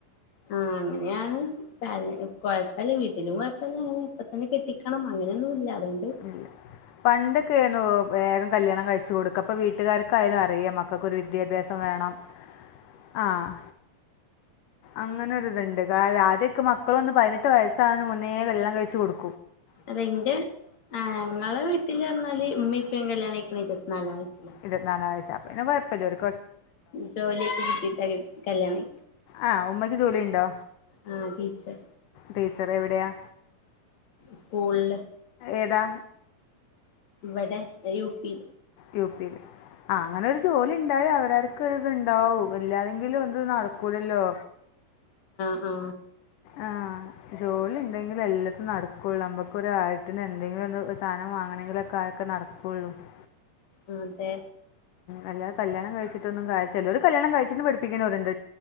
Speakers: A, on the left (about 50°); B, on the left (about 65°).
A: ആഹ ന്യാണ് <unintelligible> കുഴപ്പല്ല വീട്ടിലും കൊയപ്പല്ല അന്ന് കെട്ടിക്കണം അങ്ങനെയൊന്നും ല്ല അതൊണ്ട്
B: ഇല്ല പണ്ടൊക്കെ ആയിരുന്നു വേഗം കല്യാണം കൈച്ച് കൊടുക്ക പ്പൊ വീട്ടുകാർക്കായാലും അറിയാ മക്കൊക്കൊരു വിദ്യാഭ്യസം വേണം ആഹ് അങ്ങനൊര്ത്ണ്ട് കാരാ ആദ്യ ഒക്കെ മക്കളൊന്ന് പൈനെട്ട് വയസ്സാവണ മുന്നേ കല്യാണം കഴിച്ചു കൊടു
A: അല്ല ന്റെ ആ ഞങ്ങളെ വീട്ടില് ർഞാല് മ്മീം പ്പികല്യാണയിക്ക്ണേ ഇരുപത്തി നാലാവയസില
B: ഇർവത് നാലാ വയസ്സ് അപ്പൊ പിന്നെ കൊഴപ്പല്ലൊരു
A: ജോലിയൊക്കെ കിട്ടിട്ട കല്യാണയ്
B: ആഹ് ഉമ്മക്ക് ജോലിണ്ടോ?
A: ആഹ് ടീച്ചർ
B: ടീച്ചറെവിടെയാ?
A: സ്കൂള്ൽ
B: ഏതാ
A: വടെ എ യു പി
B: യു പിൽ ആ അങ്ങനൊരു ജോലി ണ്ടായ അവരാർ ക്ക്‌ ത്ണ്ടാവും എല്ലാരെെങ്കിലും എന്ത് ന്നടക്കൂലല്ലോ
A: ആഹ്
B: ആ ജോലിണ്ടെങ്കിലെല്ലതും ന്നടക്കൊള്ളൂ ന്നമ്മക്കൊര് കാര്യത്തിനെന്തെങ്കിലൊന്ന് സാനം വാങ്ങണങ്കിലൊക്കാൻ ക്കെ നട്ക്കൊള്ളൂ ക്ക്‌
A: ആ തെ
B: അല്ലാതെ കല്യാണം കഴിച്ചിട്ടൊന്നും കാര്യ ചെലോര് കല്യാണം കഴിച്ചിട്ട് പഠിപ്പിക്കണോര്ണ്ട്.